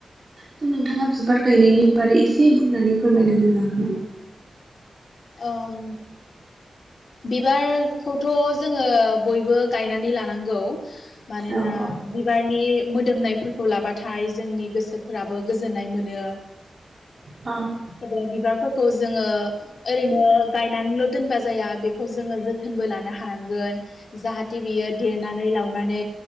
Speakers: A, on the right; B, on the left.
A: स' नोंथाङा बिबार गायनायनि बारै एसे बुंनानै फोरमायना होनो हागोन नामा?
B: ओम बिबारखौथ' जोङो बयबो गायनानै लानांगौ । मानोना
A: औ औ
B: बिबारनि मोदोमनायफोरखौ लाबाथाय जोंनि गोसोफोराबो गोजोननाय मोनो।
A: औ
B: ओ बिबारफोरख जोङो ओरैनो गायना ल' दोनबा जाया बेखौ जोङो जोथोनबो लानो हानांगोन जाहाते बियो देरनानै लावनानै